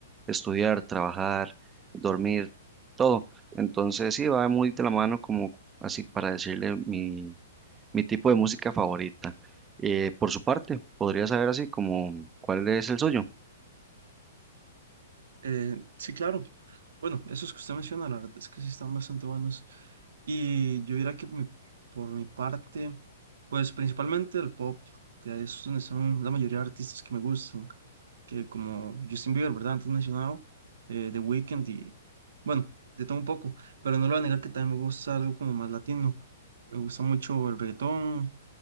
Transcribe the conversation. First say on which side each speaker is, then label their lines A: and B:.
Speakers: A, on the right; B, on the right.
A: estudiar, trabajar, dormir, todo. Entonces sí, va muy de la mano como así para decirle mi mi tipo de música favorita. Eh, por su parte, podría saber así como cuál es el suyo.
B: Eh, sí, claro. Bueno, esos que usted menciona, la verdad es que sí están bastante buenos. Y yo diría que mi- por mi parte, pues principalmente el pop, que es donde están la mayoría de artistas que me gustan, que como Justin Bieber, ¿verdad? Antes mencionado, eh, The Weeknd y, bueno, de todo un poco, pero no lo voy a negar que también me gusta algo como más latino. Me gusta mucho el reggaetón,